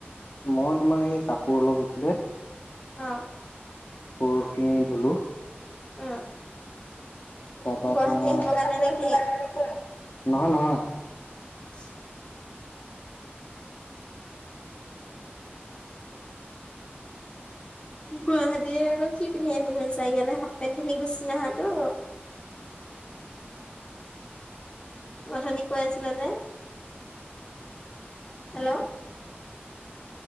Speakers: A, on the left (about 55°); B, on the left (about 25°).
A: মই তোমাৰ এই কাপোৰ অলপ হৈছিলে।
B: অ।
A: কাপোৰ খিনি ধুলো।
B: উম,
A: তাৰপা
B: গুৱাহাটী
A: তোমাৰ
B: আহিব কাৰণে
A: নহয়
B: নে কি?
A: নহয়।
B: <inaudible> গুৱাহাটীৰে আকৌ কি পিন্ধি আহিম বুলি ভাবিছা ইয়ালে হাফপেণ্ট পিন্ধি গুচি আহাটো। অথনি কৈ আছিলা যে হেল্ল'?